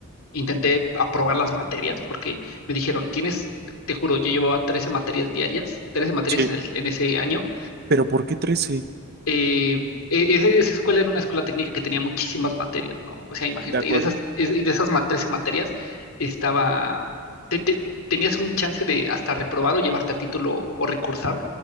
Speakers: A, on the left; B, on the right.
A: intenté aprobar las materias porque me dijeron, tienes, te juro, yo llevaba 13 materias diarias, 13 materias
B: sí.
A: en, el, en ese año
B: ¿Pero por qué trece
A: eh, e- ese- esa escuela era una escuela técnica que tenía muchísimas materias, ¿no? O sea, imagínate,
B: De acuerdo,
A: y de esas, es- y de esas ma- 13 materias estaba, te- te- tenías un chance de hasta reprobar o llevarte a título o recursar,